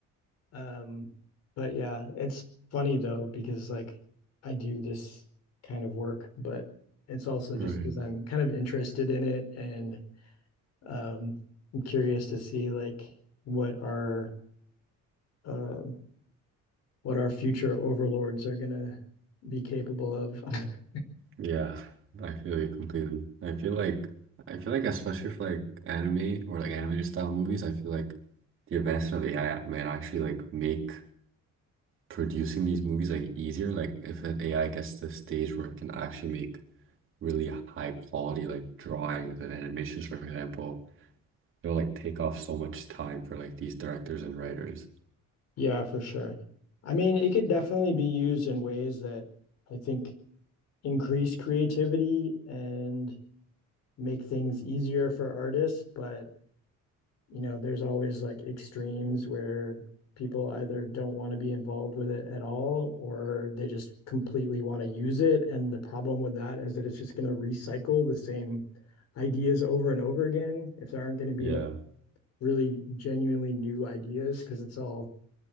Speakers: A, on the left; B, on the right.
A: Um, but yeah, it's funny though because like I do this kind of work, but it's also
B: Right.
A: just because I'm kind of interested in it and um, I'm curious to see like what our uh, what our future overlords are gonna be capable of. <laughs>
B: Yeah, I feel you completely. I feel like I feel like especially for like anime or like animated style movies, I feel like the advancement of AI might actually like make producing these movies like easier. Like if an AI gets to the stage where it can actually make really high quality like drawings and animations, for example, it'll like take off so much time for like these directors and writers.
A: Yeah, for sure. I mean, it could definitely be used in ways that I think increase creativity and make things easier for artists, but you know, there's always like extremes where people either don't want to be involved with it at all or they just completely want to use it. And the problem with that is that it's just going to recycle the same ideas over and over again if there aren't going to be
B: Yeah.
A: like really genuinely new ideas because it's all.